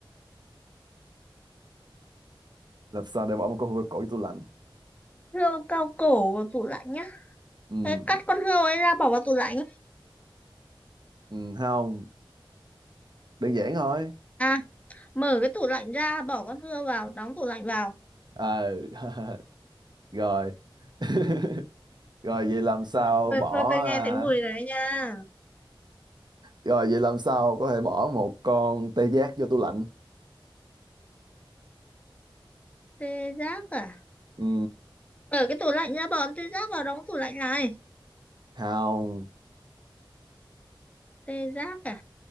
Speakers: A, on the right; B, on the left.
A: Làm sao để bỏ một con hươu cao cổ vô tủ lạnh?
B: Rượu cao cổ vào tủ lạnh nhá.
A: Ừ,
B: Thế cắt con hươu ấy ra bỏ vào tủ lạnh.
A: ừ không, đơn giản thôi.
B: À, mở cái tủ lạnh ra, bỏ con hươu vào, đóng tủ lạnh vào.
A: Ờ, <laughs> rồi. <laughs> Rồi vậy làm sao
B: Tôi,
A: bỏ
B: tôi, tôi nghe
A: à,
B: thấy mùi đấy nha.
A: rồi vậy làm sao có thể bỏ một con tê giác vô tủ lạnh?
B: Tê giác à?
A: Ừ,
B: Mở cái tủ lạnh ra, bỏ tê giác vào, đóng tủ lạnh lại.
A: không,
B: Tê giác à?